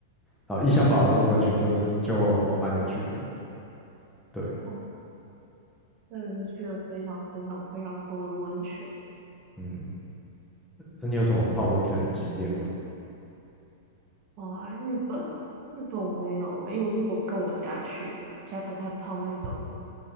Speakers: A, in the centre; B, on the right.
A: 然后伊香堡那个温泉就是就蛮有趣的，对，
B: 哦，真的是去了非常非常非常多的温泉。
A: 嗯，那你有什么泡温泉的经验吗？
B: 哇，日本哦，日本我没有欸，因为我是我跟我家去的，我家不太泡那种